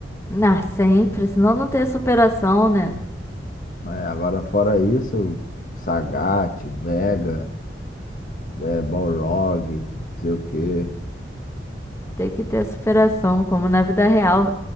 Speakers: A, on the left; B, on the left.
A: Ah, sempre, senão não tem superação, né?
B: É, agora, fora isso, Sagat, Vega, é, Balrog, não sei o quê.
A: Tem que ter superação, como na vida real.